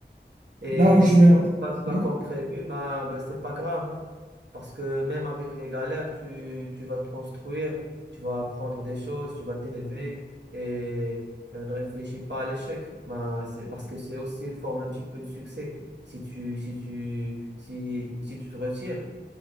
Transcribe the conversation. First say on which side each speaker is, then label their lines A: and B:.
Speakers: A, on the right; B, on the right.
A: Et
B: là où je
A: si
B: mets...
A: ça ne se passe pas
B: Oui,
A: comme prévu, ben, ben c'est pas grave, hein. Parce que même avec les galères, tu, tu vas te construire, tu vas apprendre des choses, tu vas t'élever et euh, ne réfléchis pas à l'échec. Ben, c'est parce que c'est aussi une forme un petit peu de succès. Si tu, si tu, si, si tu te retires,